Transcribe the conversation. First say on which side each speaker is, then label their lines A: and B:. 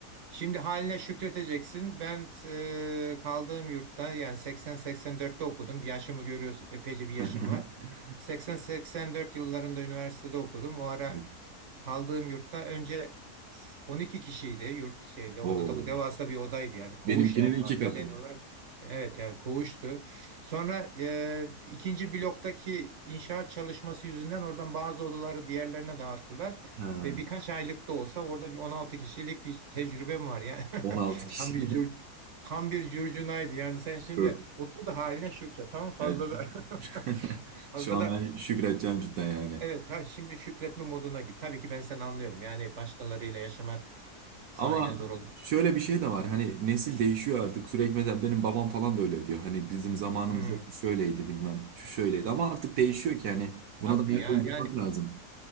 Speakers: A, on the right; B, on the right.
A: Şimdi haline şükredeceksin. Ben e, kaldığım yurtta yani 80-84'te okudum. Yaşımı görüyorsun. Epeyce bir yaşım
B: <laughs>
A: var. 80-84 yıllarında üniversitede okudum. O ara
B: Evet.
A: Kaldığım yurtta önce 12 kişiydi yurt şeyde odada
B: Oo.
A: devasa bir odaydı yani koğuş
B: Benimkinin
A: yani
B: iki katı.
A: halen olarak evet yani koğuştu. Sonra e, ikinci bloktaki inşaat çalışması yüzünden oradan bazı odaları diğerlerine dağıttılar
B: Ha.
A: ve birkaç aylık da olsa orada bir 16 kişilik bir tecrübem var yani
B: 16
A: <laughs>
B: kişi.
A: tam bir cür,
B: <laughs>
A: tam bir curcunaydı yani sen şimdi
B: Yok.
A: otur da haline şükret tamam fazla
B: Yani şu,
A: da <laughs>
B: <laughs>
A: Fazla
B: şu an
A: da
B: ben şükredeceğim cidden yani.
A: Evet, ha, şimdi şükretme moduna git. Tabii ki ben seni anlıyorum. Yani başkalarıyla yaşamak sahiden
B: Ama
A: zor olabilir.
B: şöyle bir şey de var. Hani nesil değişiyor artık. Sürekli mesela benim babam falan da öyle diyor. Hani bizim zamanımızda
A: Hmm,
B: şu şöyleydi bilmem. Şu şöyleydi. Ama artık değişiyor ki hani buna
A: tabii
B: da ayak
A: ya.
B: uydurmak
A: Yani
B: lazım.